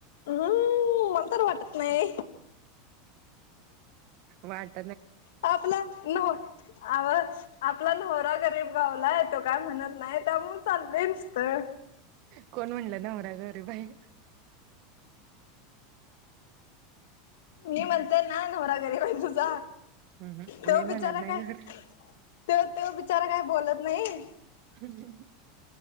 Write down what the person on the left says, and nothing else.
हम्म मला तर वाटत नाही
हाव आपला नवरा गरीब गावला येतो काय म्हणत नाही त्यामुळे चाललं नुसतं
मी म्हणते ना नवरा गरीब आहे तुझा
तो
बिचारा
काय
त तो बिचारा काय बोलत नाही